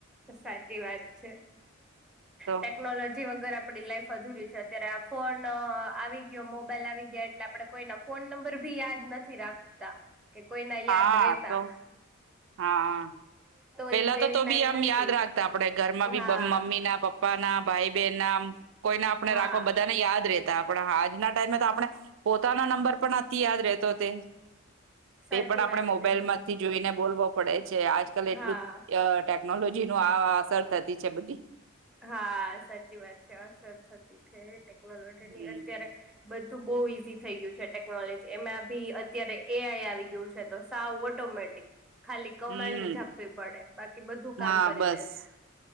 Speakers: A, in the centre; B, on the right.
A: સાચી વાત છે
B: તો
A: ટેક્નોલોજી વગર આપણી લાઈફ અધુરી અત્યારે ફોન આવી ગયો મોબાઈલ આવી ગયા એટલે આપણે કોઈના ફોન નંબર બી યાદ નથી રાખતા. કે કોઈ ના
B: હા
A: યાદ રેતા
B: તો હા પેલા
A: ઓલી લેન્ડલાઈન
B: તો તો ભી આમ યા
A: હતી
B: યાદ રાખતા. આપણે ઘરમાં
A: હા
B: બી મમ્મી ના પપ્પા પપ્પા ના, ભાઈ બહેન ના કોઈને આપણે
A: હા
B: રાખવા બધાને યાદ રહેતા પણ આજના ટાઈમે તો આપણે પોતાનો નંબર પણ નથી યાદ રહેતો તે
A: સાચી
B: તે પણ આપણે
A: વાત
B: મોબાઈલ
A: છે
B: માંથી જોઈને બોલવો પડે છે આજકાલ એટલું
A: હા
B: અ.. ટેક્..... ટેકનોલોજીની આ અસર થતી છે બધી
A: હા સાચી વાત છે અસર થતી છે ટેક્નોલોજી
B: હમ
A: ની અત્યારે બધ્ તો બહુ ઈઝી થઈ ગયું છે ટેકનોલોજી એમાં બી અત્યારે એઆઈ આવી ગયું છે તો સાવ ઓટોમેટિક ખાલી કમાન્ડ
B: હમ
A: જ આપવી પડે બાકી બધું કામ
B: હા
A: કરી
B: બસ
A: દે છે